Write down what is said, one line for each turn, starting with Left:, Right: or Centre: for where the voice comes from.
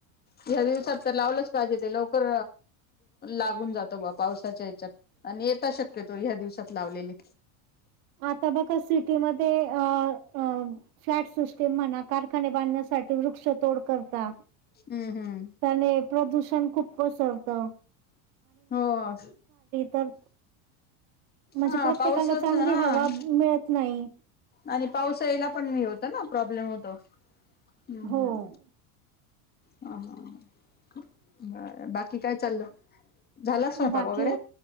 Left: ह्या दिवसात, तर लावलंच पाहिजे ते लवकर लागून जातो. बा पावसाच्या यच्यात आणि येता शक्य ह्या दिवसात लावलेली
Right: आता बघा सिटीमध्ये आ-आ फ्लॅट सिस्टम म्हणा कारखाने बांधण्या साठी वृक्ष तोड करता
Left: हम्म हम्म.
Right: त्याने प्रदूषण खूप कोसळत
Left: हो <inaudible>
Right: तर म्हणजे
Left: हा
Right: प्रत्येकाला
Left: पाऊसच
Right: चांगली
Left: आ, हा
Right: हवा मिळत नाही.
Left: आणि पावसाळीला पण होत ना प्रॉब्लेम होतो, हम्म-हम्,
Right: हो.
Left: ह-ह बाकी काय चाललं झाला स्वयंपाक
Right: बाकी
Left: वगैरे?